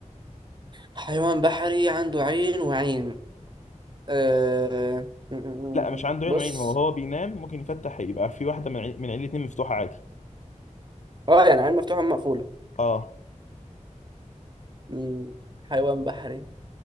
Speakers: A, on the right (about 35°); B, on the left (about 70°).
A: حيوان بحري عنده عين وعين أه... م- م-
B: لا مش
A: م.
B: عنده
A: بص
B: عين وعين هو هو بينام ممكن يفتح يبقى في واحدة من عين من عين الاتنين مفتوحة عادي
A: اه يعني عين مفتوحة مقفولة
B: اه
A: م، حيوان بحري